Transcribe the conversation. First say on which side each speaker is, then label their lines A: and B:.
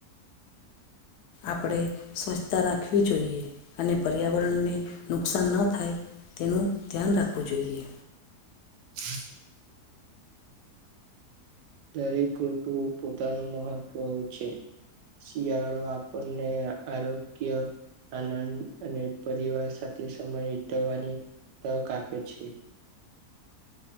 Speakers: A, on the left (about 75°); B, on the right (about 85°).
A: આપણે સ્વચ્છતા રાખવી જોઈએ અને પર્યાવરણને નુકસાન ન થાય તેનું ધ્યાન રાખવું જોઈએ.
B: હા દરેક ઋતુઓ પોતાનું મહત્વ છે. શિયાળો આપણને આરોગ્ય આનંદ અને પરિવાર સાથે સમય વિતવવાની તક આપે છે.